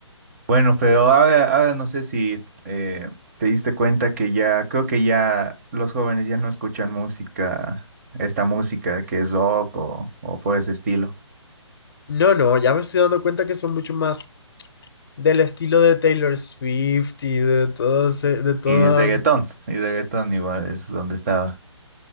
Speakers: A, on the right; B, on the left.
A: Bueno, pero ahora, ahora no sé si eh, te diste cuenta que ya, creo que ya los jóvenes ya no escuchan música, esta música que es rock o, o por ese estilo.
B: No, no, ya me estoy dando cuenta que son mucho más del estilo de Taylor Swift y de todo ese- de toda...
A: Y reggaetón, y reggaetón igual es donde estaba.